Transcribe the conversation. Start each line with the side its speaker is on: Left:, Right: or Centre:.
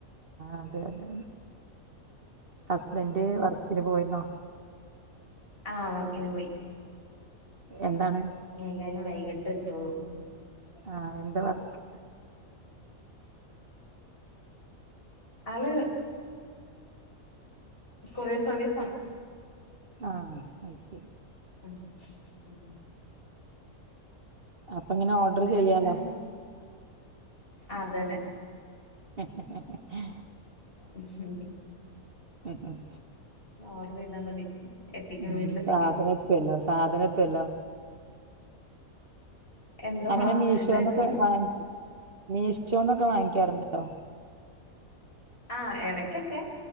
Right: അതെ അതെ ഹസ്ബൻഡ് വർക്കിന് പോയിന്നോ?
Left: ആ അവർക്കിൻ പോയി.
Right: എന്താണ്
Left: എല്ലാരും വൈകിട്ടത്തള്ളൂ.
Right: ആ എന്ത വർക്ക്?
Left: ആൾ കൊറേർ സർവീസാണ്.
Right: ആ അത് ശരി.
Left: മ്.
Right: അപ്പങ്ങനെ ഓർഡർ
Left: ഉം വേറെന്താണ്
Right: ചെയ്യാലോ.
Left: അതന്നെ.
Right: ഹേ ഹേ.
Left: ഹഹ ഹ
Right: ഉം ഉം
Left: അവട്ര ഇതാ മതി എത്തിക്കും
Right: ഉ
Left: വീട്ടിലെത്തിക്കും
Right: സാധനത്തല്ലോ സാധനത്തെല്ലോ
Left: എന്തോ
Right: അങ്ങനെ
Left: ആ
Right: മീഷോന്നൊക്കെ
Left: എല്ലാം എത്തും
Right: വാങ്ങിക്കും മീഷിനൊക്കെ വാങ്ങിക്കാറുണ്ടോ
Left: ആഹ ഇടയ്ക്കൊക്കെ